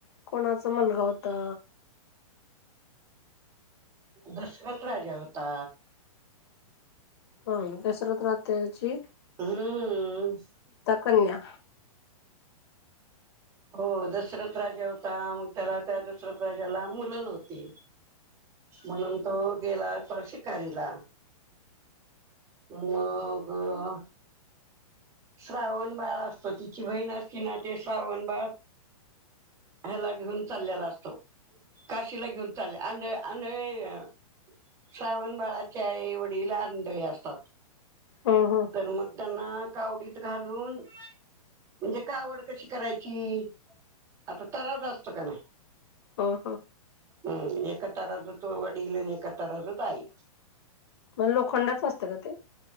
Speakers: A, on the left (about 45°); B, on the right (about 15°).
A: कोणाचा मुलगा होता?
B: दशरथ राजा होता.
A: हो दसरथ राह त्याची.
B: हम्म.
A: कन्या.
B: हो दशरथ राजा होता, मग त्याला त्या दशरथ राजाला मुलं नव्हती. म्हणून तो गेला होता शिकारीला. मगं. श्रावण बाळं असतो तिची बहीण असती ना ते श्रावण बाळं. ह्याला घेऊन चाललेला असतो. काशीला घेऊन चालले आंध आंधळे श्रावण बाळाचे आईवडील आंधळे असतात.
A: हम्म हम्म
B: तर मग त्यांना. कावडीत घालून, म्हणजे कावड कशी करायची? आता तराजू असतो की नाही.
A: हम्म हम्म
B: हम्म एका तराजूत वडील आणि एका तराजूत आई.
A: मग लोखंडाच असतं का ते?